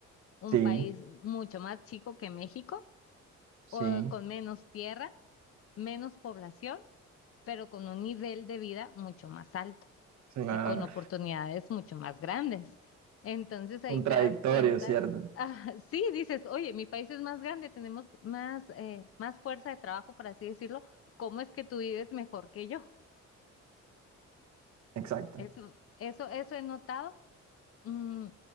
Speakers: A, on the left; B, on the right.
A: un
B: Sí,
A: país mucho más chico que México,
B: sí,
A: o con menos tierra, menos población, pero con un nivel de vida mucho más alto
B: claro.
A: y con oportunidades mucho más grandes. Entonces
B: <laughs> Contradictorio,
A: ahí te das cuenta,
B: ¿cierto?
A: ah, <laughs> sí, dices, oye, mi país es más grande, tenemos más, eh, más fuerza de trabajo, por así decirlo, ¿cómo es que tú vives mejor que yo?
B: Exacto.
A: Eso, eso, eso he notado. Mm,